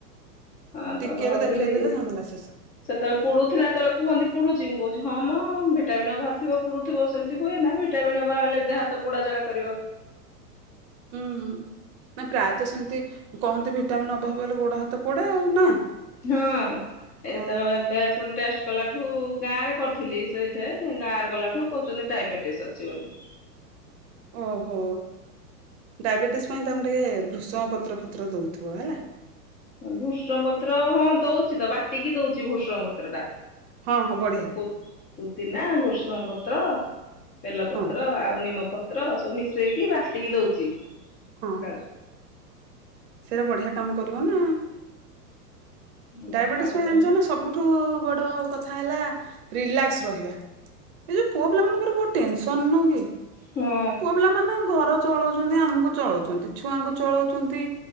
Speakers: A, on the left; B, on the right.
A: ହଁ
B: ଟିକେରୁ
A: ତ ଭାବୁଥିଲି
B: ଦେଖେଇଦେଲେ ଝାମେଲା ଶେଷ
A: ସେତେବେଳେ ପୁଡୁଥିଲା ଯେତେବେଳେ କୁହନ୍ତି ପୁଡୁଛି ମୁଁ କହୁଛି ହଁ ମ ଭିଟାମିନ ଅଭାବ ଥିବ ପଡୁଥିବ ସେମିତି ହୁଏ ନା ଭିଟାମନ୍ ଅ ଭାବ ହେଲେ ହାତ ପୋଡାଜଳା କରିବ।
B: ହୁଁ ନା ପ୍ରାୟତଃ ସେମିତି କହନ୍ତି ଭିଟାମିନ୍ ଅଭାବ ହେଲେ ଗୋଡ ହାତ ପୋଡେ ଆଉ ନା
A: ହଁ ଏ
B: ଆଉ
A: ତ ଏବେ ପୁଣି ଟେଷ୍ଟ? କଲାଠୁ ଗାଁ ରେ କରିଥିଲି ସେଇଠେ ଗାଁରେ ଗଲାଠୁ କହୁଛନ୍ତି ଡାଇବେଟିସ ଅଛି ବୋଲି।
B: ଓହୋ ଡାଇବେଟିସ୍ ପାଇଁ ତାଙ୍କୁ ଟିକେ ଭୃଷଙ୍ଗ ପତ୍ର ପତ୍ର ଦେଉଥିବ ହେଲା।
A: ଭୂଷଙ୍ଗ ପତ୍ର ହଁ ଦଉଛି ତ ବାଟିକି ଦଉଛି ଭୂଷଙ୍ଗ ପତ୍ର ଟା।
B: ହଁ ହଁ ବଢ଼ିଆ।
A: ପୂ-ପୁଦିନା ଭୁରସୁଙ୍ଗ ପତ୍ର ବେଲ ପତ୍ର
B: ହଁ
A: ଆଉ ନିମ ପତ୍ ପତ୍ର ସବୁ ମିଶେଇକି ବାଟିକି ଦଉଛି।
B: ହଁ।
A: ସକାଳୁ।
B: ସେଇଟା ବଢିଆ କାମ କରିବ ନା
A: ଏଟା
B: ଡାଇବେଟିସ
A: ଖାଉଛନ୍ତି
B: ପାଇଁ ଜନିଛନା ସବୁଠୁ ବଡ କଥା ହେଲା ରିଲାକ୍ସ ରହିବା। ଏ ଯୋଉ ପୁଅ ପିଲା ମାନଙ୍କର ବହୁତ ଟେନସନ ନୁହଁକି
A: ହଁ
B: ପୁଅ ପିଲା ମାନେ ଘର ଚଳଉଛନ୍ତି ଆମକୁ ଚଳଉଛନ୍ତି ଛୁଆଙ୍କୁ ଚଳାଉଛନ୍ତି।